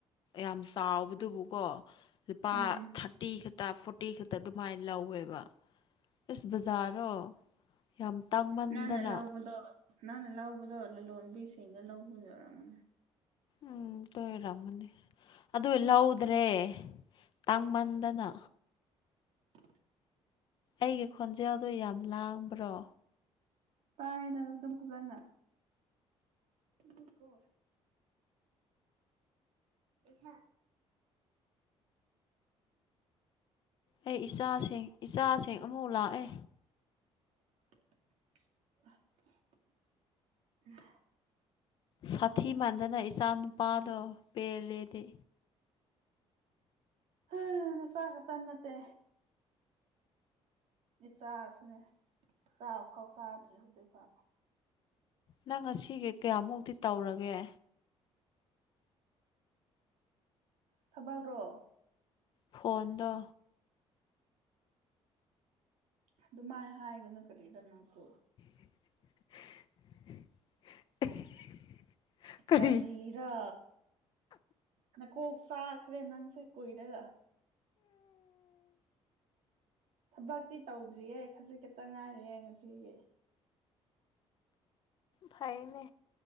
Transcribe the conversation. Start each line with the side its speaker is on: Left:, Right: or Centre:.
Left: ꯌꯥꯝ ꯆꯥꯎꯕꯗꯨꯕꯨꯀꯣ ꯂꯨꯄꯥ
Right: ꯎꯝ
Left: ꯊꯥꯔꯇꯤ ꯐꯣꯔꯇꯤ ꯈꯛꯇ ꯑꯗꯨꯃꯥꯏꯅ ꯂꯧꯋꯦꯕ ꯏꯁꯁ ꯕꯖꯥꯔꯗꯣ ꯌꯥꯝ ꯇꯥꯡꯃꯟꯗꯅ
Right: ꯅꯪꯅ ꯂꯧꯕꯗꯣ ꯅꯪꯅ ꯂꯧꯕꯗꯣ ꯂꯂꯣꯟꯕꯤꯁꯤꯡꯅ ꯂꯧꯕ ꯌ ꯑꯣꯏꯔꯝꯃꯅꯦ
Left: ꯎꯝ ꯇꯣꯏꯔꯝ ꯃꯅꯤ ꯑꯗ ꯏ ꯂ ꯍꯎꯗ꯭ꯔꯦ ꯇꯥꯡ ꯃꯟꯗꯅ
Right: ꯁ
Left: ꯑꯩꯒꯤ ꯈꯣꯟꯖꯦꯜꯗꯣ ꯌꯥꯝ ꯂꯥꯡꯕ꯭ꯔꯣ
Right: ꯇꯅꯗꯝ ꯀꯖꯅ ꯊꯀꯣ ꯑꯦꯍ
Left: ꯑꯩ ꯏꯆꯥꯁꯤꯡ ꯏꯆꯥꯁꯤꯡ ꯑꯃꯨꯛ ꯂꯥꯛꯑꯦ
Right: ꯎ
Left: ꯁꯥꯊꯤ ꯃꯥꯟꯗꯅ ꯏꯆꯥ ꯅꯨꯨꯄꯥꯗꯣ ꯄꯦꯜꯂꯦꯗꯤ
Right: ꯍꯥꯅ ꯆꯒ ꯇꯅꯠꯇꯦ ꯏ ꯆꯁꯨꯅꯦ ꯆꯥꯕ ꯐꯥꯎ ꯆꯥꯗ꯭ꯔꯦ ꯍꯧꯖꯤꯛꯐꯥꯎ
Left: ꯅꯪ ꯉꯁꯤꯒꯦ ꯀꯌꯥꯃꯨꯛꯗꯤꯤ ꯇꯧꯔꯒꯦ
Right: ꯊꯕꯛ꯭ꯔꯣ
Left: ꯐꯣꯟꯣꯟꯗ
Right: ꯑꯗꯨꯃꯥꯏ ꯍꯥꯏꯒꯅꯨ ꯀꯔꯤꯗꯅꯣꯁꯦ
Left: <unintelligible> ꯀꯔꯤ
Right: ꯀꯔꯤꯔꯥ ꯃ ꯀꯣ ꯁꯥꯈꯔ ꯏꯅꯥꯅꯁꯦ ꯀꯏꯔꯦꯒ ꯊꯕꯛꯇꯤ ꯇꯧꯗ꯭ꯔꯤꯌꯦꯦ ꯈꯖꯤꯛ ꯈꯛꯇ ꯉꯥꯏꯔꯌꯦꯦ ꯉꯁꯤꯒꯤ
Left: ꯐꯥꯏꯅꯦ